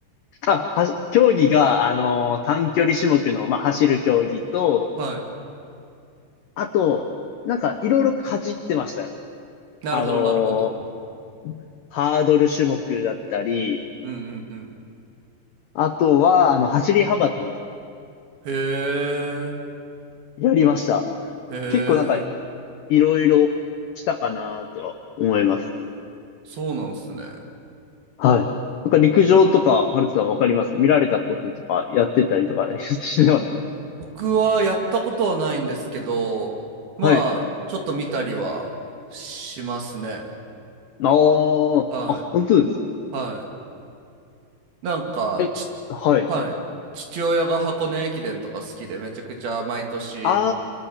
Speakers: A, on the left; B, on the right.
A: あ、はし、競技が、あのー短距離種目の、まあ、走る競技と、
B: はい。
A: あと、なんか、いろいろかじってましたよ。
B: なるほど、
A: あの
B: なるほど。
A: ーハードル種目だったり、
B: うんうんうん。
A: あとは、あの、走り幅跳びとか、
B: へえ、
A: やりました。
B: へえ、
A: 結構なんか、いろいろしたかなとは思います。
B: そうなんすね。
A: はい。なんか陸上とか、ハルトさんわかります見られたこととか、やってたりとか <laughs> してます。
B: 僕はやったことはないんですけど、まあ、
A: はい。
B: ちょっと見たりはしますね。
A: あー、
B: は
A: あ、本当ですか
B: い。はい。なんか、
A: え、
B: ち、
A: はい。
B: はい。父親が箱根駅伝とか好きで、めちゃくちゃ毎年
A: あ